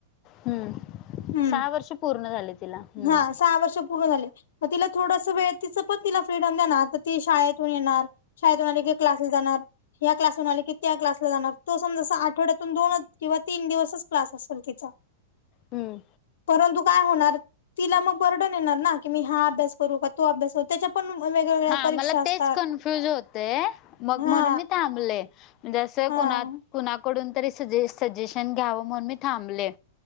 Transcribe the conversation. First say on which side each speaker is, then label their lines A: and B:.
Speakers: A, on the left (about 35°); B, on the left (about 75°).
A: हम्म
B: हम्म
A: सहा वर्ष पूर्ण झाले तिला हम्म.
B: हा सहा वर्ष पूर्ण झाले म तिला थोडस वेळ तिचं पण तिला फ्रीडम द्या आता तर ती शाळेतून येणार शाळेतुन आले की क्लासला जाणार ह्या क्लास वरून आले की त्या क्लासला जाणार. तो समजा असं आठवड्यातून दोन किंवा तीन दिवसच क्लास असेल तिचा
A: हम्म
B: परंतु काय होणार तिला मग बर्डन येणार ना की मी हा अभ्यास करू का तो अभ्यास करू त्याच्या पण वेगवेगळ्या
A: हा
B: परीक्षा
A: मला
B: असतात
A: तेच कन्फ्युज होतय मग
B: हा
A: म्हणून मी थांबले. जसं
B: हा
A: कुणा कुणाकडून तरी सजे सजेशन घ्यावं म्हणून मी थांबले